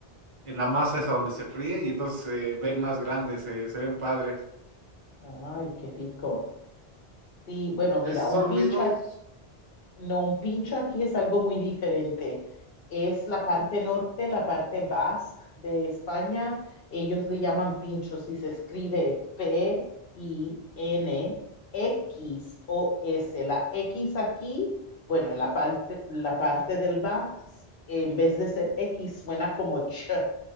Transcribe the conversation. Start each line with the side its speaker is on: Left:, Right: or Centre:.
Right: en la masa esa donde se fríe y entonces se ven más grandes, se, se ven padres.
Left: ay, qué rico. Sí, bueno,
Right: Es-
Left: mira,
Right: ¿son
Left: un
Right: los
Left: pincho,
Right: mismos?
Left: a- no, un pincho aquí es algo muy diferente. Es la parte norte, la parte basque de España. Ellos le llaman pinchos y se escribe P-I-N-X-O-S. La X aquí, bueno, en la parte, la parte del basque, en vez de ser X, suena como ch,